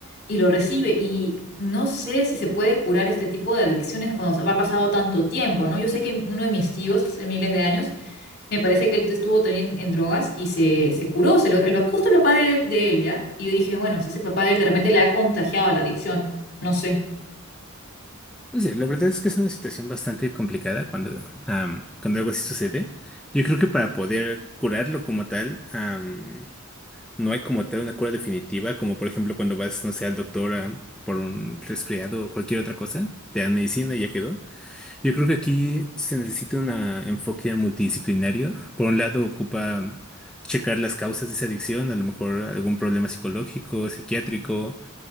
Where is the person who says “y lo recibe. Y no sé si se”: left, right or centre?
Left